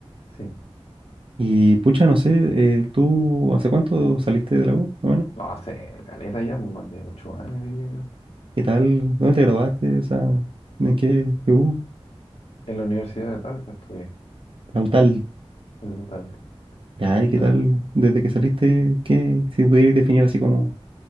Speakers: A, on the left (about 70°); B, on the right (about 55°).
A: Sí.
B: Y pucha, no sé, eh, ¿tú hace cuánto saliste de la U? Bueno,
A: No, hace caleta ya, pues más de ocho años, diría yo.
B: ¿qué tal? ¿Dónde te graduaste? O sea, ¿en qué qué U?
A: En la Universidad de Talca estudié.
B: La UTAL.
A: el Lutal,
B: Ya,
A: el Lutal.
B: ¿y qué tal? Desde que saliste, ¿qué? Si pudieras definir así como